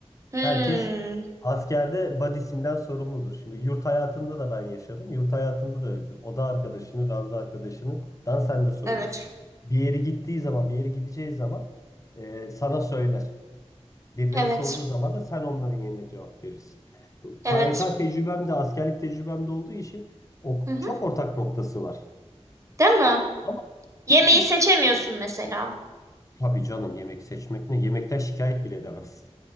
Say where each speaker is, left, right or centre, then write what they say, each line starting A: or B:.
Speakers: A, on the right; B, on the left.
A: Hmm.
B: Herkes askerde badisinden sorumludur. Şimdi yurt hayatında da ben yaşadım. Yurt hayatında da öyledir. Oda arkadaşını, ranza arkadaşını, dan sen de sorumlusun.
A: Evet.
B: Bir yere gittiği zaman, bir yere gideceği zaman e, sana söyler. Birileri
A: Evet.
B: sorduğu zaman da sen onların yerine cevap verirsin. Bu KYK
A: Evet.
B: tecrübem de askerlik tecrübem de olduğu için o,
A: Hı hı.
B: çok ortak noktası var.
A: Değil mi?
B: Ama
A: Yemeği
B: hiç
A: seçemiyorsun mesela.
B: tabii canım yemek seçmek ne? Yemekten şikayet bile edemezsin.